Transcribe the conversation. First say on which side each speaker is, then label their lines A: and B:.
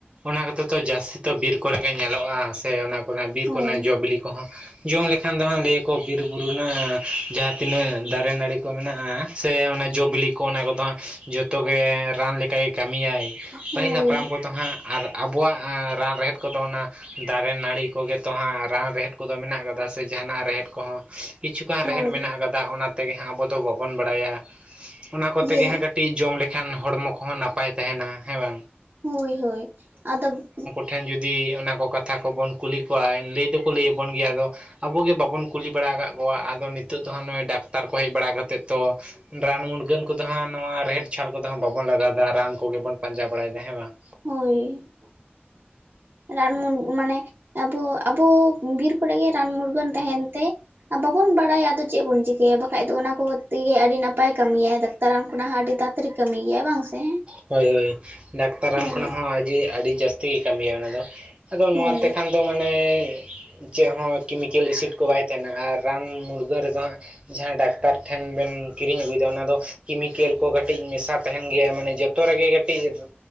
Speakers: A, on the right; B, on the right.
A: ᱚᱱᱟ ᱠᱚ ᱫᱚ ᱛᱚ ᱡᱟᱹᱥᱛᱤ ᱛᱚ ᱵᱤᱨ ᱠᱚᱨᱮ ᱜᱮ ᱧᱮᱞᱚᱜᱼᱟ, ᱥᱮ ᱚᱱᱟ ᱚᱱᱟ ᱵᱤᱨ
B: ᱦᱳᱭ
A: ᱠᱚᱨᱮ ᱱᱟᱜ ᱡᱚ ᱵᱤᱞᱤ ᱠᱚ ᱦᱚᱸ ᱡᱚᱢ ᱞᱮᱠᱷᱟᱱ ᱫᱚ ᱦᱟᱸᱜ ᱞᱟᱹᱭᱟᱹ ᱠᱚ ᱵᱤᱨᱼᱵᱩᱨᱩ ᱨᱮᱱᱟᱜ ᱡᱟᱦᱟᱸ ᱛᱤᱱᱟᱹᱜ ᱫᱟᱨᱮ ᱱᱟᱹᱲᱤ ᱠᱚ ᱢᱮᱱᱟᱜᱼᱟ ᱾ ᱥᱮ ᱚᱱᱮ ᱡᱚ ᱵᱤᱞᱤ ᱠᱚ ᱚᱱᱟ ᱠᱚ ᱫᱚ ᱦᱟᱸᱜ ᱡᱚᱛᱚ ᱜᱮ ᱨᱟᱱ ᱞᱮᱠᱟᱜᱮ ᱠᱟᱹᱢᱤᱭᱟᱭ, ᱯᱟᱹᱦᱤᱞ
B: ᱦᱳᱭ
A: ᱦᱟᱯ ᱠᱚ ᱫᱚ ᱦᱟᱸᱜ ᱟᱨ ᱟᱵᱚᱣᱟᱜ ᱮᱸ ᱨᱟᱱ ᱨᱮᱦᱮᱫ ᱠᱚ ᱫᱚ ᱚᱱᱟ ᱫᱟᱨᱮ ᱱᱟᱹᱲᱤ ᱠᱚᱜᱮ ᱛᱚ ᱦᱟᱸᱜ ᱨᱟᱱ ᱨᱮᱦᱮᱫ ᱠᱚ ᱫᱚ ᱢᱮᱱᱟᱜ ᱠᱟᱫᱟ, ᱥᱮ ᱡᱟᱦᱟ ᱱᱟᱜ ᱨᱮᱦᱮᱫ ᱠᱚ ᱦᱚᱸ ᱠᱤᱪᱷᱩ ᱜᱟᱱ
B: ᱦᱳᱭ
A: ᱨᱮᱦᱮᱫ ᱢᱮᱱᱟᱜ ᱟᱠᱟᱫᱟ ᱚᱱᱟ ᱛᱮᱜᱮ ᱦᱟᱸᱜ ᱟᱵᱚ ᱫᱚ ᱵᱟᱵᱚᱱ ᱵᱟᱲᱟᱭᱟ ᱚᱱᱟ ᱠᱚᱛᱮ
B: ᱡᱮ
A: ᱜᱮ ᱦᱟᱸᱜ ᱠᱟᱹᱴᱤᱡ ᱡᱚᱢ ᱞᱮᱠᱷᱟᱱ ᱦᱚᱲᱢᱚ ᱠᱚ ᱦᱚᱸ ᱱᱟᱯᱟᱭ ᱛᱟᱦᱮᱱᱟ ᱦᱮᱸ ᱵᱟᱝ
B: ᱦᱳᱭ ᱦᱳᱭ ᱟᱫᱚ
A: ᱴᱷᱮᱱ ᱡᱩᱫᱤ ᱚᱱᱟ ᱠᱚ ᱠᱟᱛᱷᱟ ᱠᱚᱵᱚᱱ ᱠᱩᱞᱤ ᱠᱚᱣᱟ ᱞᱟᱹᱭ ᱫᱚ ᱠᱚ ᱞᱟᱹᱭ ᱟᱵᱚᱱ ᱜᱮᱭᱟ ᱟᱫᱚ ᱟᱵᱚ ᱜᱮ ᱵᱟᱵᱚᱱ ᱠᱩᱞᱤ ᱵᱟᱲᱟ ᱟᱠᱟᱫ ᱠᱚᱣᱟ ᱟᱫᱚ ᱱᱤᱛᱚᱜ ᱫᱚ ᱦᱟᱸᱜ ᱱᱚᱜᱼᱚᱭ ᱰᱟᱠᱛᱟᱨ ᱠᱚ ᱦᱮᱡ ᱵᱟᱲᱟ ᱠᱟᱛᱮᱫ ᱛᱚ ᱨᱟᱱ ᱢᱩᱨᱜᱟᱹᱱ ᱠᱚ ᱫᱚ ᱦᱟᱸᱜ ᱱᱚᱣᱟ ᱨᱮᱦᱮᱫ ᱪᱷᱟᱞ ᱠᱚ ᱫᱚ ᱦᱟᱸᱜ ᱵᱟᱵᱚᱱ ᱞᱟᱜᱟᱣ ᱮᱫᱟ ᱨᱟᱱ ᱠᱚ ᱜᱮ ᱵᱚᱱ ᱯᱟᱸᱡᱟ ᱵᱟᱲᱟᱭ ᱫᱟ ᱦᱮᱸ ᱵᱟᱝ
B: ᱦᱳᱭ ᱨᱟᱱ ᱢᱩᱨ ᱢᱟᱱᱮ ᱟᱵᱚ ᱟᱵᱚ ᱵᱤᱨ ᱠᱚ ᱨᱮ ᱜᱮ ᱨᱟᱱ ᱢᱩᱨᱜᱟᱹᱱ ᱛᱟᱦᱮᱱ ᱛᱮ ᱟᱨ ᱵᱟᱵᱚ ᱵᱚᱱ ᱵᱟᱲᱟᱭᱟ ᱟᱫᱚ ᱪᱮᱫ ᱵᱚᱱ ᱪᱤᱠᱟᱹᱭᱟ ᱵᱟᱠᱷᱟᱡ ᱫᱚ ᱚᱱᱟ ᱠᱚ ᱜᱮ ᱛᱮ ᱜᱮ ᱟᱹᱰᱤ ᱱᱟᱯᱟᱭ ᱠᱟᱹᱢᱤᱭᱟᱭ ᱰᱟᱠᱛᱟᱨ ᱨᱟᱱ ᱠᱷᱚᱱᱟᱜ ᱦᱚᱸ ᱟᱹᱰᱤ ᱛᱟ ᱛᱤᱨᱤᱜ ᱠᱟᱹᱢᱤ ᱜᱮᱭᱟ ᱵᱟᱝ ᱥᱮ?
A: ᱦᱳᱭ ᱰᱟᱠᱛᱟᱨ
B: ᱦᱳᱭ
A: ᱨᱟᱱ ᱠᱷᱚᱱᱟᱜ ᱦᱚᱸ ᱟᱹᱡᱮ ᱟᱹᱰᱤ ᱡᱟᱹᱥᱛᱤ ᱜᱮ ᱠᱟᱹᱢᱤᱭᱟᱭ ᱚᱱᱟ ᱫᱚ ᱾ ᱟᱫᱚ
B: ᱦᱳᱭ
A: ᱱᱚᱣᱟ ᱛᱮᱠᱷᱟᱱ ᱫᱚ ᱢᱟᱱᱮ ᱪᱮᱜ ᱦᱚᱸ ᱠᱮᱢᱤᱠᱮᱞ ᱤᱥᱤᱴ ᱠᱚ ᱵᱟᱭ ᱛᱟᱦᱮᱱᱟ ᱟᱨ ᱨᱟᱱ ᱢᱩᱨᱜᱟᱹᱱ ᱨᱮ ᱫᱚ ᱦᱟᱸᱜ ᱡᱟᱦᱟᱸ ᱰᱟᱠᱛᱟᱨ ᱴᱷᱮᱱ ᱵᱮᱱ ᱠᱤᱨᱤᱧ ᱟᱹᱜᱩᱭ ᱫᱟ ᱚᱱᱟ ᱫᱚ ᱠᱮᱢᱤᱠᱮᱞ ᱠᱚ ᱠᱟᱹᱴᱤᱡ ᱢᱮᱥᱟ ᱛᱟᱦᱮᱱ ᱜᱮᱭᱟ ᱢᱮᱱᱮ ᱡᱚ ᱛᱚ ᱨᱮᱜᱮ ᱠᱟᱹᱴᱤᱡ